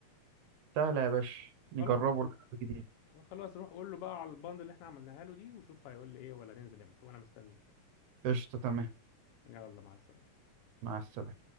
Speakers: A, on the right; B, on the left.
A: سهلة يا باشا نجربه
B: خلاص
A: الجديد
B: خلاص روح قول له بقى على الباند اللي احنا عملناها له دي وشوف هيقول لي ايه ولا ننزل امتى وانا مستنيك
A: قشطة تمام
B: يلا مع السلامة
A: مع السلامة